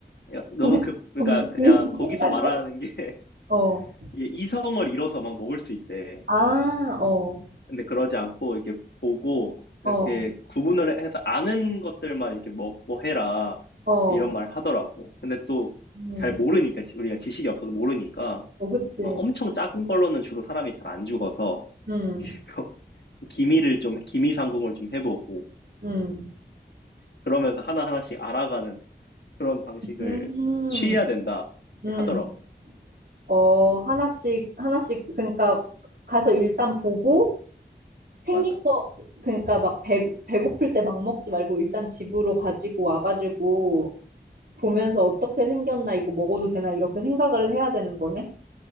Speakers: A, on the left; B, on the right.
A: 그냥 너무
B: <laughs>
A: 급, 그러니까
B: 검-
A: 그냥
B: 이
A: 거기서
B: 생각이야?
A: 말하는 게 <laughs>
B: 어.
A: 이게 이성을 잃어서 막 먹을 수 있대.
B: 아, 어,
A: 근데 그러지 않고 이렇게 보고
B: 어,
A: 이렇게 구분을 해서 아는 것들만 이렇게 먹고 해라.
B: 어.
A: 이런 말 하더라고. 근데 또
B: 음,
A: 잘 모르니까, 지- 우리가 지식이 없어서 모르니까
B: 어, 그치.
A: 막 엄청 작은 걸로는 주로 사람이 잘 안 죽어서 <laughs>
B: 음,
A: 기미를 좀, 기미 상공을 좀 해보고,
B: 음,
A: 그러면서 하나하나씩 알아가는 그런 방식을
B: 음,
A: 취해야 된다
B: 음.
A: 하더라고.
B: 어, 하나씩, 하나씩, 그러니까 가서 일단 보고 생긴
A: 맞아.
B: 거, 그러니까 막 배, 배고플 때 막 먹지 말고 일단 집으로 가지고 와가지고 보면서 어떻게 생겼나, 이거 먹어도 되나, 이렇게 생각을 해야 되는 거네?